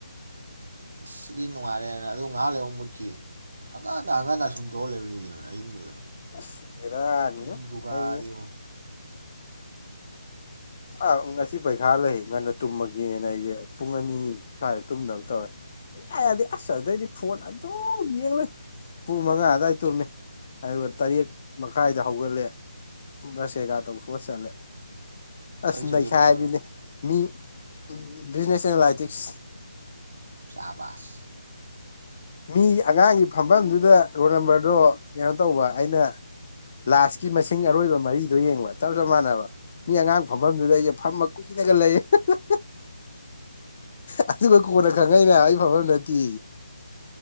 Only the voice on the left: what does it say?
ꯑꯁ ꯕꯦꯔꯥꯅꯤꯉꯣ
ꯑꯩꯁꯦ
ꯑ ꯉꯁꯤ ꯄꯔꯤꯈꯥ꯭ꯌ ꯂꯩ ꯉꯟꯅ ꯇꯨꯝꯃꯒꯦꯅ ꯑꯩꯁꯦ ꯄꯨꯡ ꯑꯅꯤ ꯁ꯭ꯋꯥꯏꯗ ꯇꯨꯝꯅꯕ ꯇꯧꯔꯦ ꯏꯌꯥ ꯌꯥꯗꯦ ꯑꯁ ꯑꯗꯩꯗꯤ ꯐꯣꯟ ꯑꯗꯨꯝ ꯌꯦꯡ ꯂꯩ ꯄꯨꯡ ꯃꯉꯥ ꯑꯗꯨꯋꯥꯏꯗ ꯇꯨꯝꯃꯦ ꯑꯗꯨꯒ ꯇꯔꯦꯠ ꯃꯈꯥꯏꯗ ꯍꯧꯒꯠꯂꯦ ꯕ꯭꯭ꯔꯖ ꯀꯩ ꯀꯥ ꯇꯧꯊꯣꯛꯑ ꯆꯠꯂꯦ꯫ ꯑꯁ
ꯅꯩꯈꯥꯏꯕꯤꯅꯦ
ꯃꯤ ꯎꯝ ꯕꯤꯖꯤꯅꯦꯁ ꯑꯅꯂꯥꯏꯇꯤꯛꯁ
ꯃꯤ ꯑꯉꯥꯡꯒꯤ ꯐꯝꯐꯝꯗꯨꯗ ꯔꯣꯜ ꯅꯝꯕꯔꯗꯣ ꯀꯩꯅꯣ ꯇꯧꯕ ꯑꯩꯅ ꯂꯥꯁꯀꯤ ꯃꯁꯤꯡ ꯑꯔꯣꯏꯕ ꯃꯔꯤꯗꯣ ꯌꯦꯡꯕ ꯆꯞ ꯆꯞ ꯃꯥꯟꯅꯕ ꯃꯤ ꯑꯉꯥꯡ ꯃꯝꯐꯝꯗꯨꯗ ꯑꯩ ꯐꯝꯃ ꯀꯨꯏꯅꯒ ꯂꯩꯌꯦ ꯑꯍ ꯍ ꯍ ꯑꯗꯨꯒ ꯀꯣꯟꯅ ꯈꯪꯉꯛꯏꯅ ꯍꯥꯏꯕ ꯑꯩ ꯐꯝꯕꯝ ꯅꯠꯇꯦ